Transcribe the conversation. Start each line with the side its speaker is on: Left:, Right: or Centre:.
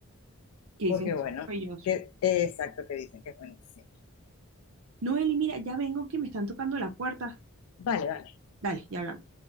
Right: que dicen
Left: porque
Right: que
Left: bueno,
Right: es maravilloso.
Left: que, exacto, que dicen que es buenísimo.
Right: Noeli, mira, ya vengo que me están tocando la puerta.
Left: Vale, vale,
Right: Dale, ya hablamos.